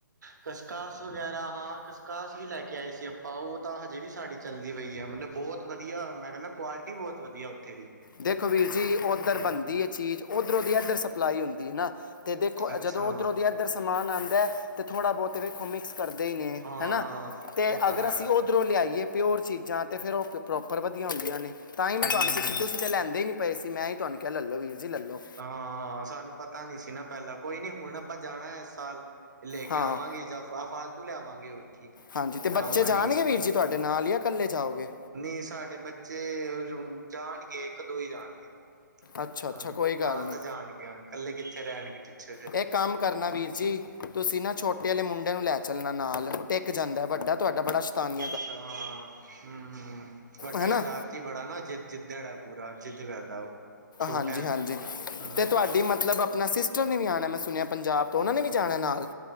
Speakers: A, on the right; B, on the left.
A: ਕਸਕਾਸ ਵਗੈਰਾ ਹਾਂ ਕਸਕਾਸ ਵੀ ਲੈ ਕੇ ਆਏ ਸੀ ਆਪਾਂ ਉਹ ਤਾਂ ਹਜੇ ਵੀ ਸਾਡੀ ਚੱਲਦੀ ਪਈ ਹੈ ਮਤਲਬ ਬਹੁਤ ਵਧੀਆ ਮੈਂ ਕਹਿੰਦਾ ਕੁਆਲਿਟੀ ਬਹੁਤ ਵਧੀਆ ਉੱਥੇ ਦੀ
B: ਦੇਖੋ ਵੀਰ ਜੀ ਉੱਧਰ
A: ਹੂੰ,
B: ਬਣਦੀ ਹੈ ਚੀਜ਼ ਉੱਧਰੋਂ ਦੀ ਇੱਧਰ ਸਪਲਾਈ ਹੁੰਦੀ ਹੈ ਨਾ ਤੇ ਦੇਖੋ
A: ਅੱਛਾ
B: ਜਦੋਂ ਉੱਧਰੋਂ ਦੀ ਇਧਰ ਸਮਾਨ ਆਉਂਦਾ ਹੈ ਤੇ ਥੋੜ੍ਹਾ ਬਹੁਤ ਵੇਖੋ ਮਿਕਸ ਕਰਦੇ ਹੀ ਨੇ
A: ਹਾਂ
B: ਹਨਾ ਤੇ
A: ਉਹ ਤਾਂ
B: ਅਗਰ
A: ਹੈ
B: ਅਸੀਂ ਉਹ ਧਰੋਂ ਲਿਆਈਏ ਪਿਓਰ ਚੀਜ਼ਾਂ ਤੇ ਫੇਰ ਉਹ ਪ੍ਰੋਪਰ ਵਧੀਆ ਹੁੰਦੀਆਂ ਨੇ ਤਾਂ ਹੀ ਮੈਂ
A: ਹੂੰ
B: ਤੁਹਾਨੂੰ ਤੁਸੀ ਤੁਸੀਂ ਚ ਲੈਂਦੇ ਨੀ ਪਏ ਸੀ ਮੈਂ ਨਹੀਂ ਤੁਹਾਨੂੰ ਕਿਹਾ ਲੋ ਵੀਰ ਜੀ ਲੈੱਲੋ
A: ਹਾਂ ਹਾਂ ਸਾਨੂੰ ਪਤਾ ਨੀ ਸੀ ਨਾ ਪਹਿਲਾਂ ਕੋਈ ਨੀ ਹੁਣ ਆਪਾਂ ਜਾਣਾ ਇਸ ਸਾਲ ਲੈ ਕੇ
B: ਹਾਂ
A: ਆਵਾਂਗੇ ਫਾਲਤੂ ਲਿਆਵਾਂਗੇ ਹੋਰ ਕੀ
B: ਹਾਂਜੀ ਤੇ ਬੱਚੇ
A: ਕੰਮ ਆਏਗੀ
B: ਜਾਣਗੇ ਵੀਰ ਜੀ ਤੁਹਾਡੇ ਨਾਲ ਜਾਂ ਇਕੱਲੇ ਜਾਓਗੇ
A: ਨਹੀਂ ਸਾਡੇ ਬੱਚੇ ਜਾਣਗੇ ਇੱਕ ਦੋ ਹੀ ਜਾਣਗੇ
B: ਅੱਛਾ
A: ਹਾਂਜੀ
B: ਅੱਛਾ ਕੋਈ
A: ਨਾਲ
B: ਗੱਲ ਨਹੀਂ
A: ਤਾਂ ਜਾਣਗੇ ਇਕੱਲੇ ਕਿੱਥੇ ਰਹਿਣਗੇ ਪਿੱਛੇ ਫਿਰ
B: ਇਹ ਕੰਮ ਕਰਨਾ ਵੀਰ ਜੀ ਤੁਸੀਂ ਨਾ ਛੋਟੇ ਵਾਲੇ ਮੁੰਡੇ ਨੂੰ ਲੈ ਚੱਲਣਾ ਨਾਲ ਟਿੱਕ ਜਾਂਦਾ ਵੱਡਾ ਤੁਹਾਡਾ ਬੜਾ ਸ਼ਤਾਨ
A: ਅੱਛਾ ਹਾਂ ਹਮ ਹਮ ਵੱਡਾ
B: ਹੈਨਾ
A: ਸ਼ਰਾਰਤੀ ਬੜਾ ਨਾ ਜਿੱ ਜਿੱਦ ਪੂਰਾ ਜਿੱਦ ਕਰਦਾ ਉਹ ਛੋਟਾ
B: ਹਾਂਜੀ
A: ਹੈ ਨਾ
B: ਹਾਂਜੀ
A: ਅਜੇ ਹੂੰ।
B: ਤੇ ਤੁਹਾਡੀ ਮਤਲਬ ਆਪਣਾ ਸਿਸਟਰ ਨੇ ਵੀ ਆਉਣਾ ਮੈਂ ਸੁਣਿਆ ਪੰਜਾਬ ਤੋਂ ਉਹਨਾਂ ਨੇ ਵੀ ਜਾਣਾ ਨਾਲ